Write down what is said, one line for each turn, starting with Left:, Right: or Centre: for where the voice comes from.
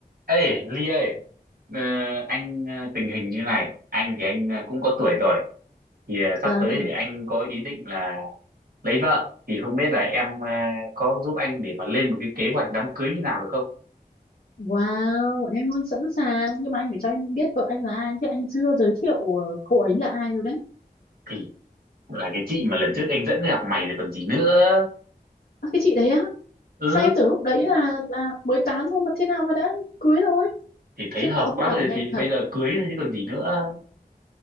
Right: Ê, Ly ơi, ờ, anh ờ, tình hình như này, anh thì anh ờ, cũng có tuổi rồi, thì ờ, sắp
Left: Vâng.
Right: tới thì anh có ý định là lấy vợ, thì không biết là em ờ, có giúp anh để mà lên một cái kế hoạch đám cưới như nào được không?
Left: Wow, em luôn sẵn sàng. Nhưng mà anh phải cho em biết vợ anh là ai. Chứ anh chưa giới thiệu ờ, cô ấy là ai rồi đấy.
Right: Thì là cái chị mà lần trước anh dẫn gặp mày rồi còn gì nữa,
Left: À, cái chị đấy á.
Right: ừ,
Left: Sao em tưởng lúc đấy là là mới tán thôi mà thế nào mà đã cưới rồi.
Right: thì thấy
Left: Khiếp
Right: hợp
Left: các ông
Right: quá
Left: các bà
Right: rồi
Left: nhanh
Right: thì
Left: thật.
Right: bây giờ cưới thôi chứ còn gì nữa.